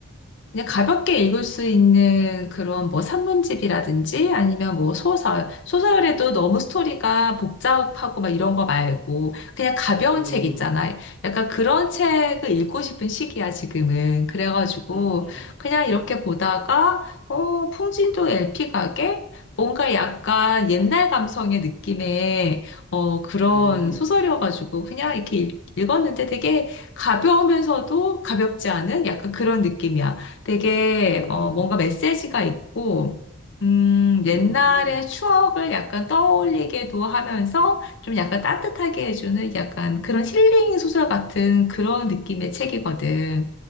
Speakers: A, on the left (about 55°); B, in the centre.
A: 그냥 가볍게 읽을 수 있는 그런 뭐 산문집이라든지 아니면 뭐 소설. 소설에도 너무 스토리가 복잡하고 막 이런 거 말고 그냥 가벼운
B: 음,
A: 책 있잖아. 약간 그런 책을 읽고 싶은 시기야, 지금은. 그래가지고
B: 음, 음,
A: 그냥 이렇게 보다가, 어, 풍진도 LP 가게? 뭔가 약간 옛날 감성의 느낌의 어, 그런
B: 음,
A: 소설이어가지고 그냥 이렇게 읽- 읽었는데 되게 가벼우면서도 가볍지 않은 약간 그런 느낌이야. 되게
B: 음,
A: 어, 뭔가 메시지가 있고 음,
B: 음,
A: 옛날의 추억을 약간 떠올리게도 하면서 좀 약간 따뜻하게 해주는 약간 그런 힐링 소설 같은 그런 느낌의 책이거든.